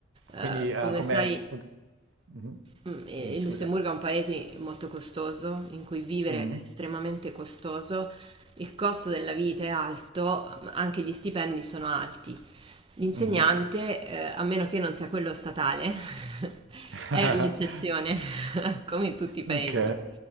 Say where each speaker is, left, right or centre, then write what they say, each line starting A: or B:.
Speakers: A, on the right; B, on the right.
A: Eh,
B: Quindi, eh,
A: come
B: come...
A: sai,
B: Mhm.
A: mh, eh,
B: Dimmi,
A: il
B: scusa.
A: Lussemburgo è un paese molto costoso, in cui vivere
B: Mhm.
A: è estremamente costoso. Il costo della vita è alto, ma anche gli stipendi sono alti. L'insegnante,
B: Mhm.
A: ehm, a meno che non sia quello statale, <laughs>
B: <laughs>
A: è l'eccezione, <laughs> come in tutti i paesi.
B: Ok,